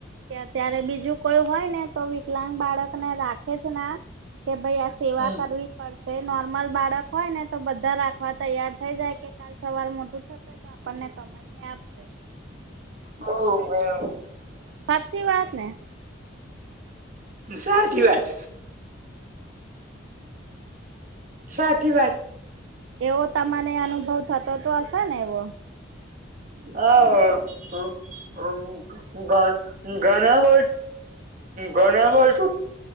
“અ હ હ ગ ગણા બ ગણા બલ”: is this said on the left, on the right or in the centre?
Right